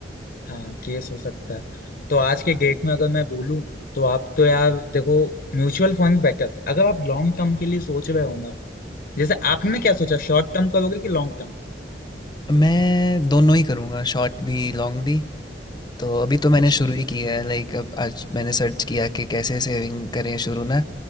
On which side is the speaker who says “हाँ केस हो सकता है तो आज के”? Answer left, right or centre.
Left